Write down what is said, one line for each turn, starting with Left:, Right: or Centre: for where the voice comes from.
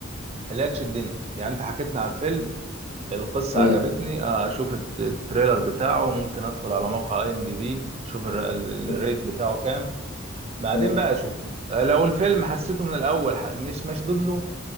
Right: اللي هي تشدني يعني انت حكيتنا عن فيلم القصه
Left: مم.
Right: عجبتني آه، اشوف الت- التريلر بتاعه ممكن ادخل على موقع اي ام دي بي اشوف الر- ال-
Left: مم.
Right: الريت بتاعه كام بعدين
Left: مم.
Right: بقى اشوفه آه، لو الفيلم حسيته من الاول ح- مش مشدود له